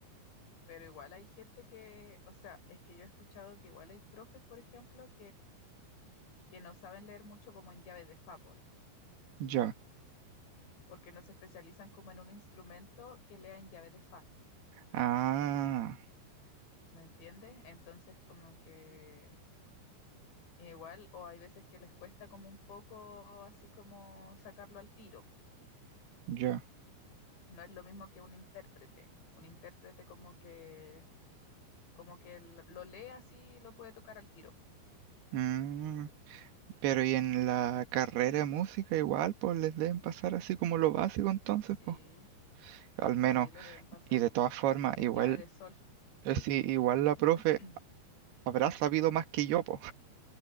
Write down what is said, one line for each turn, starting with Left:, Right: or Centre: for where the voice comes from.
Left: pero igual hay gente que, o sea, es que yo he escuchado que igual hay profes, por ejemplo, que no saben leer mucho como en llave de fa, por ejemplo,
Right: Ya.
Left: porque no se especializan como en un instrumento que lea en llave de fa,
Right: Ah,
Left: ¿me entiendes? Entonces como que igual, o hay veces que les cuesta como un poco así como sacarlo al tiro, po.
Right: ya.
Left: No es lo mismo que un intérprete, un intérprete como que, como que lo lo lee así y lo puede tocar al tiro.
Right: Mm, pero y en la carrera de música igual, pues les deben pasar así como lo básico entonces,
Left: Sí,
Right: pues. Al
Left: sí,
Right: menos,
Left: les deben pasarlo
Right: y de todas formas,
Left: en
Right: igual,
Left: llave de sol.
Right: eh, sí, igual la profe
Left: <clears throat>
Right: habrá sabido más que yo, pues.